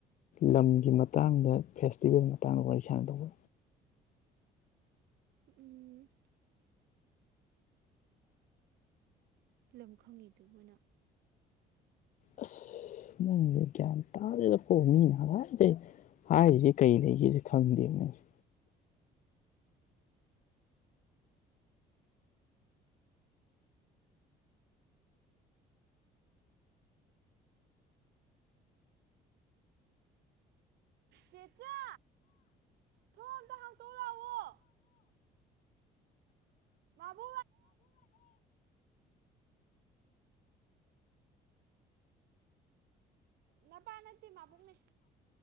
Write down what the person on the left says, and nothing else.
ꯂꯝꯒꯤ ꯃꯇꯥꯡꯗ ꯐꯦꯁꯇꯤꯚꯦꯜ ꯃꯇꯥꯡꯗ ꯋꯥꯔꯤ ꯁꯥꯟꯅꯗꯧꯕ
ꯑꯁ ꯅꯪꯖꯦ ꯒ꯭ꯌꯥꯟ ꯇꯒꯤꯗꯦꯀꯣ ꯃꯤꯅꯥ ꯍꯥꯏꯖꯦ ꯍꯥꯏꯔꯤꯁꯦ ꯀꯔꯤ ꯂꯩꯒꯦꯁꯦ ꯈꯪꯗꯦ ꯅꯪꯁꯨ